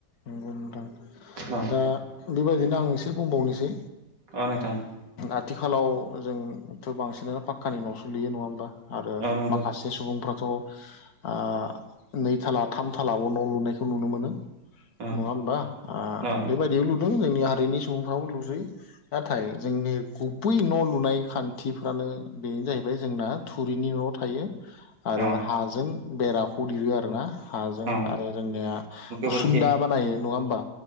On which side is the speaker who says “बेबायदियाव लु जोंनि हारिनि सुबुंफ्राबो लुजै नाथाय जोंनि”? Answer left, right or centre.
Left